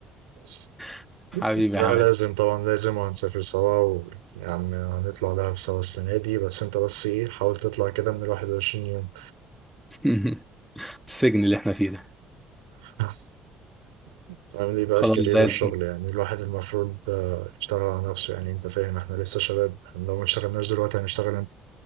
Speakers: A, on the right (about 85°); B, in the centre.
A: بس
B: <laughs> حبيبي
A: لا
B: يا حماد
A: لازم طبعا لازم وهنسافر سوا ويا عم هنطلع دهب سوا السنة دي بس انت بس ايه حاول تطلع كده من الواحد وعشرين يوم
B: <laughs> السجن اللي احنا فيه ده
A: <laughs> عامل ايه بقى
B: خلاص
A: الكارير
B: زي
A: والشغل
B: الفل
A: يعني الواحد المفروض آه، يشتغل على نفسه يعني انت فاهم احنا لسه شباب احنا لو ما اشتغلناش دلوقتي هنشتغل امتى